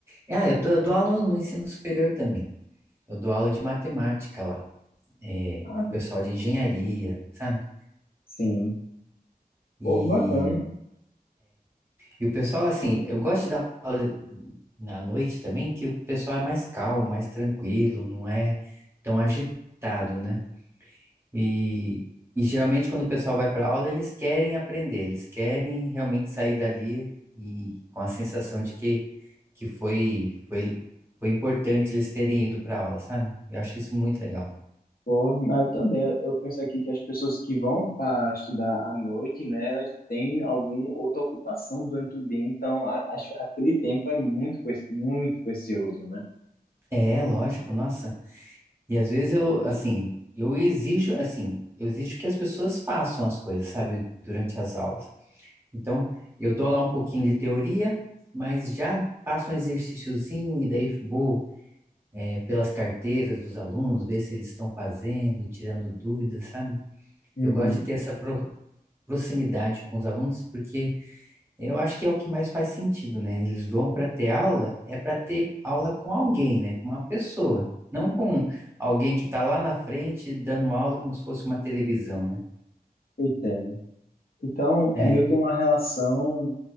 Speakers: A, on the right; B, on the left.
A: É, ah, eu, tô, eu dou aula no ensino superior também. Eu dou aula de matemática lá, é,
B: Ah,
A: pro pessoal de engenharia, sabe?
B: Sim.
A: e
B: Pô, que bacana.
A: E o pessoal, assim, eu gosto de dar aula na noite também, que o pessoal é mais calmo, mais tranquilo, não é tão agitado, né? E, e geralmente quando o pessoal vai para aula, eles querem aprender, eles querem realmente sair dali e com a sensação de que, que foi, foi, foi importante eles terem ido para aula, sabe? Eu acho isso muito legal.
B: Pô, mas eu também, eu penso aqui que as pessoas que vão para estudar à noite, né, elas têm alguma outra ocupação durante o dia, então a- acho que aquele tempo é muito, preci- muito precioso, né?
A: É, lógico, nossa. E às vezes eu, assim, eu exijo, assim, eu exijo que as pessoas façam as coisas, sabe, durante as aulas. Então, eu dou lá um pouquinho de teoria, mas já passo um exercíciozinho e daí vou, é, pelas carteiras dos alunos, ver se eles estão fazendo, tirando dúvidas, sabe?
B: Uhum.
A: Eu gosto de ter essa pro- proximidade com os alunos, porque eu acho que é o que mais faz sentido, né? Eles vão para ter aula, é para ter aula com alguém, né? Com uma pessoa, não com alguém que está lá na frente dando aula como se fosse uma televisão, né?
B: Eu Entendo. Então,
A: É.
B: é meio que uma relação,